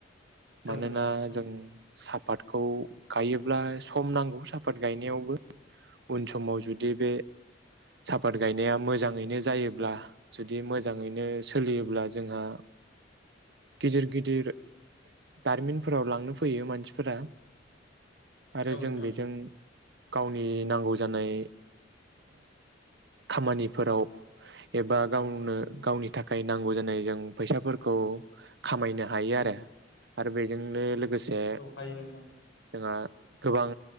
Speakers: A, on the left; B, on the right.
A: दं
B: मानोना
A: दं नोंथां
B: जों सापातखौ गायोब्ला सम नांगौ सापात गायनायावबो उन समाव जुदि बे सापात गायनाया मोजाङैनो जायोब्ला जुदि मोजाङैनो सो सोलियोब्ला जोंहा गिदिर गिदिर दारिमिनफोराव लांनो फैयो मानसिफोरा आरो
A: औ नोंथां
B: जों बेजों गावनि नांगौ जानाय खामानिफोराव एबा गावनो गावनि थाखाय नांगौ जानाय जों फैसाफोरखौ खामायनो हायो आरो आरो बेजोंनो लोग लोगोसे
A: औ हायो नोंथां
B: जोंहा गोबां